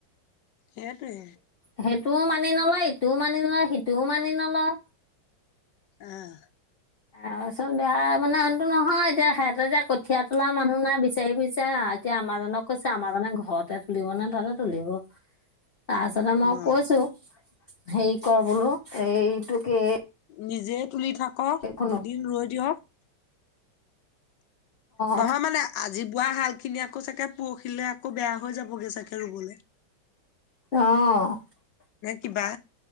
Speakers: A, on the left; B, on the left.
A: সেইটোৱে।
B: সেইটোও মানি নলয়, ইটোও মানি নলয়, সিটোও মানি নলয়।
A: আহ।
B: আৰু চোন বেয়া মানেটো নহয়, এতিয়া সিহঁতে যে কঠীয়া তোলা মানুহ নাই বিচাৰি ফুৰিছে। এতিয়া আমাৰাজনক কৈছে, আমাৰাজনে ঘৰতে তুলিব নে তাতে তুলিব।
A: <inaudible>
B: তাৰপিছতে মই
A: অ',
B: কৈছোঁ, হেৰি কৰ বোলো এইটো কি।
A: নিজে তুলি থাকক,
B: এইখন
A: দুদিন ৰৈ দিয়ক। নহয়
B: অ
A: মানে আজি, বোৱা হাল খিনি আকৌ চাগে পৰহিলে আকৌ বেয়া হৈ যাব। ছাগে ৰুবলে।
B: অ'।
A: কিবা